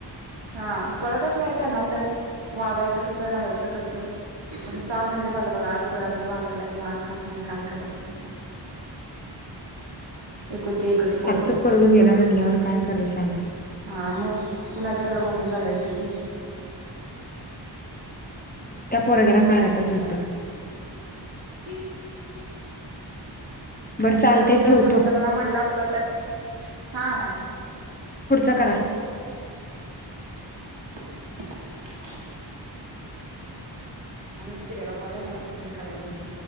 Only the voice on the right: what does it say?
हा कळतच नाही त्यांना तर वागायचं कसं राहायचं कसं आता सहा महिने झालं बघा आई खुळ्यागत वाघाल्या अन्न खात नाही काय करत नाही एकुलती एकच पोरगा
हा मग कणाच्याकडे बघून जगायची ती
ती ती
त्यावेळी जर
तो मित्रांला म्हणला असला तर हा हा ठेव
<unintelligible> आम्हीच केलेला कॉल आहे मला सबमिट करायला पाहिजे